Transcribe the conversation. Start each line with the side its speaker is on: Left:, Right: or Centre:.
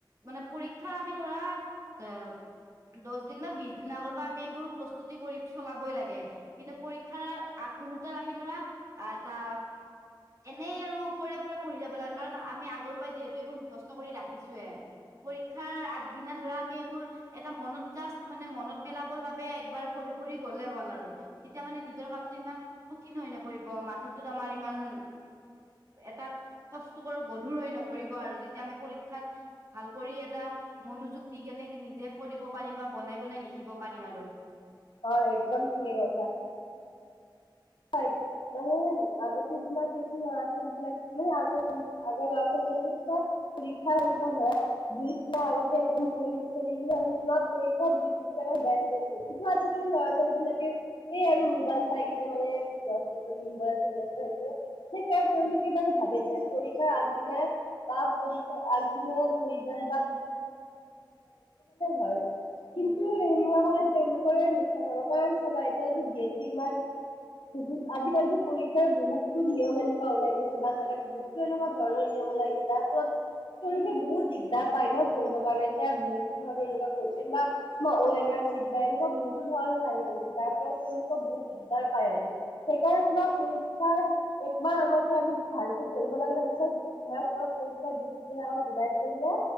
Right: মানে পৰীক্ষাৰ আমি ধৰা এ দহ দিন বা বিশ দিনৰ আগৰ পৰা আমি এইবোৰ প্ৰস্তুতি কৰি চলাবই লাগে। কিন্তু পৰীক্ষাৰ আগমহূৰ্তত আমি ধৰা, এটা এনেই আৰু ওপৰে ওপৰে পঢ়ি যাব লাগে কাৰণ আমি আগৰ পৰাই যিহেতু এইবোৰ মুখস্থ কৰি ৰাখিছোয়ে। পৰীক্ষাৰ আগদিনা ধৰা আমি এইবোৰ এটা মনত জাষ্ট মানে মনত পেলাবৰ বাবে একবাৰ পঢ়ি পঢ়ি গ'লে হ'ল আৰু তেতিয়া মানে নিজৰ কামটো ইমান কঠিন হৈ নপৰিব মাথাটোত আমাৰ ইমান এটা কষ্ট কৰ গধুৰ হৈ নপৰিব আৰু যেতিয়া আমি পৰীক্ষাত ভাল কৰি এটা মনোযোগ দি কেনে নিজে কৰিব পাৰিম বা বনাই বনাই লিখিব পাৰিম আৰু-
Left: হয় একদম ঠিকে কৈছা। হয় মানে আগতে তোমাৰ কি আছিল ল'ৰা ছোৱলী বিলাক মানে আগ আগৰ ল'ৰা-ছোৱালী বিলাকে। <unintelligible> দুই তিনি মাহ আগতে একদম চ। <unintelligible> কৰিছিল, কিন্তু আজিকালি ল'ৰা-ছোৱালী বিলাকে এই আৰু মোবাইল চাই কিনে মানে <unintelligible> সেই কাৰণ তেওঁলোকে মানে ভাবে যে পৰীক্ষা আগদিনা বা পৰীক্ষা আগদিনা পঢ়ি যাম বা <unintelligible> কিন্তু সেনেকুৱা হ'লে তেওঁলোকৰে লোকচান হ'ব, কাৰণ চাবা এইতো গেত ইমান বহুত, আজিকালিতো পৰীক্ষাৰ বহুতো নিয়ম এনেকুৱা ওলাই গৈছে বা বহুতো এনেকুৱা ঘৰৰে নিয়ম ওলাইছে তাৰপিছত তেওঁলোকে বহুত দিগদাৰ পায় ন' ধৰিবৰ কাৰণে এতিয়া বহুত <unintelligible> কৈছিল বা কিবা অ এ মাৰ চিত বা এনেকুৱা বহুতো ধৰণৰ আহি গৈছে, যাৰ ফলত তেওঁলোকৰ বহুত দিগদাৰ পায় আৰু। সেইকাৰণে তোমাৰ পৰীক্ষা একমাহ আগতে আমি ভালকে পঢ়িব লাগে, তাৰ পিছত ধৰা তোমাৰ পৰীক্ষা দুই তিনিদিন আগত ৰিভাইজ কৰিলে